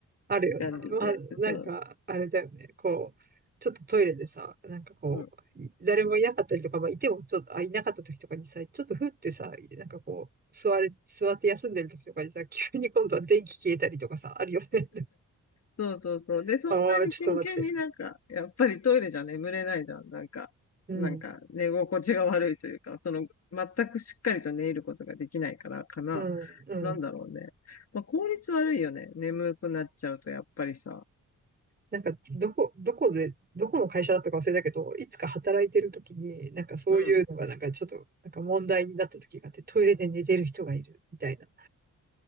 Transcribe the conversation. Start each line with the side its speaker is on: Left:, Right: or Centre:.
Right: あるよね。
Left: 感じで、
Right: まあ、なんか、
Left: そう。
Right: あれだよね。こう、ちょっとトイレでさ、なんかこう、
Left: うん。
Right: い誰もいなかったりとか、まあ、いてもちょっと、あ、いなかった時とかにさ、ちょっとふってさ、なんかこう、座れ、座って休んでる時とかにさ、急に今度は電気消えたりとかさ、あるよね。
Left: そうそうそう。
Right: <laughs>
Left: で、そんなに真剣になんか、
Right: ああ、ちょっと待って、みたい
Left: やっぱりトイレじゃ眠れないじゃん。なんか、
Right: な。
Left: なんか寝心地が悪いというか、
Right: うん、
Left: その、全くしっかりと寝ることができないからかな。
Right: うん、うん。
Left: なんだろうね。まあ、効率悪いよね。眠くなっちゃうとやっぱりさ。
Right: なんか、どこ、どこで、どこの会社だったか忘れたけど、いつか働いてる時に、なんかそういうのがなんかちょっと、
Left: うん。
Right: なんか問題になった時があって、トイレで寝てる人がいる、みたいな。